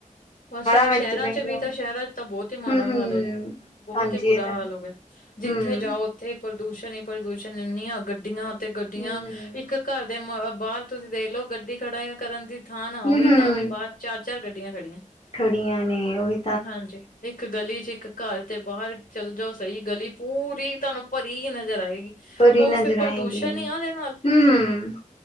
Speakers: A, on the left; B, on the left.
A: ਬਸ ਹਾਂ
B: ਵਿੱਚ
A: ਸ਼ਹਿਰਾਂ
B: ਦੇਖ
A: ਚ
B: ਲਓ
A: ਵੀ ਤਾਂ, ਸ਼ਹਿਰਾਂ ਚ ਤਾਂ ਬਹੁਤ ਹੀ ਮਾੜਾ
B: ਹੂੰ-ਹੂੰ,
A: ਹਾਲ ਹੈ ਜੀ, ਬਹੁਤ
B: ਹਾਂਜੀ
A: ਹੀ ਬੁਰਾ
B: ਇਹ ਤਾਂ
A: ਹਾਲ
B: ਹੈ
A: ਹੋ ਗਿਆ। ਜਿੱਥੇ
B: ਹੂੰ।
A: ਜਾਓ ਉੱਥੇ ਪ੍ਰਦੂਸ਼ਣ ਹੀ ਪ੍ਰਦੂਸ਼ਣ, ਇੰਨੀਆਂ ਗੱਡੀਆਂ ਤੇ ਗੱਡੀਆਂ,
B: ਹੂੰ,
A: ਇੱਕ ਘਰ ਦੇ ਮਾ ਬਾਹਰ ਤੁਸੀਂ ਦੇਖਲੋ ਗੱਡੀ ਖੜਾ ਕਰਨ ਦੀ ਥਾਂ ਨਾ
B: ਹੂੰ-ਹੂੰ
A: ਹੋਵੇ ਤਾਂ ਵੀ ਬਾਹਰ ਚਾਰ- ਚਾਰ ਗੱਡੀਆਂ ਖੜੀਆਂ।
B: ਖੜੀਆਂ ਨੇ, ਉਹ ਈ
A: ਹਾਂਜੀ ਇੱਕ ਗਲੀ ਚ ਇੱਕ ਘਰ ਤੇ ਬਾਹਰ ਚੱਲ ਜਾਓ ਸਹੀ, ਗਲੀ ਪੂਰੀ ਤੁਹਾਨੂੰ ਭਰੀ ਹੀ ਨਜ਼ਰ ਆਏਗੀ।
B: ਭਰੀ
A: ਉਹ
B: ਨਜ਼ਰ
A: ਫਿਰ ਪ੍ਰਦੂਸ਼ਣ
B: ਆਏਗੀ, ਹੂੰ
A: ਹੀ ਆ ਉਹਦੇ ਨਾਲ
B: ਹੂੰ ਹੂੰ।